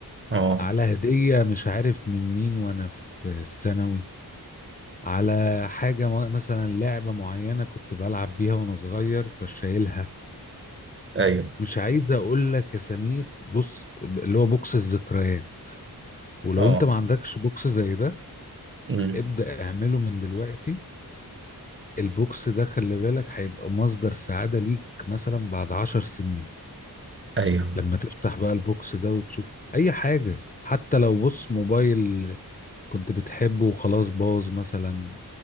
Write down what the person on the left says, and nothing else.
على هدية مش عارف من مين وانا في الثانوي على حاجة م- مثلا لعبة معينة كنت بلعب بيها وأنا صغير فشايلها
مش عايز أقول لك يا سمير بص ب- اللي هو بوكس الذكريات ولو
أنت ما عندكش بوكس زي ده
ابدأ اعمله من دلوقتي البوكس ده خلي بالك هيبقى مصدر سعادة ليك مثلا بعد عشر سنين
لما تفتح بقى البوكس ده وتشوف أي حاجة حتى لو بص موبايل كنت بتحبه وخلاص باظ مثلا